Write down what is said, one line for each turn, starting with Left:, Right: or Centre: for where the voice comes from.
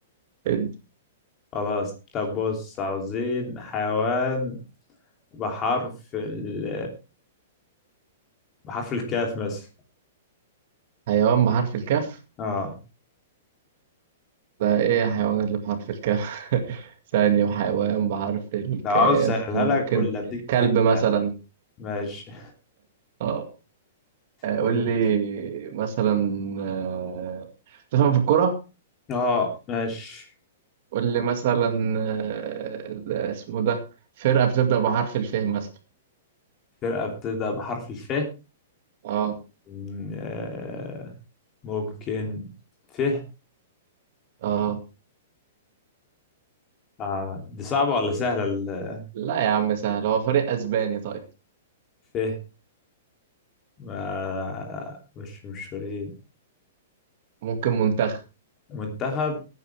Right: <laughs>
Left: خلاص طب بص عاوزين حيوان بحرف ال بحرف الكاف مثلا
Right: حيوان بحرف الكاف
Left: اه
Right: ده ايه الحيوان اللي بحرف الكاف <laughs> ثانية وحيوان بحرف الكاف
Left: لو عاوز اسهلها
Right: ممكن
Left: لك قول لي اديك
Right: كلب
Left: هنت
Right: مثلا
Left: لا ماشي
Right: اه آه، قول
Left: قول انت
Right: لي مثلا آه، تفهم في الكرة
Left: اه ماشي
Right: قول لي مثلا آه، اسمه ده فرقة بتبدأ بحرف الف مثلا
Left: فرقة بتبدأ بحرف الف
Right: اه
Left: م- آه، ممكن ف
Right: اه
Left: آه. دي صعبة ولا سهلة ال-
Right: لا يا عم سهل هو فريق اسباني طيب
Left: ف ما مش مشهورين
Right: ممكن منتخب
Left: منتخب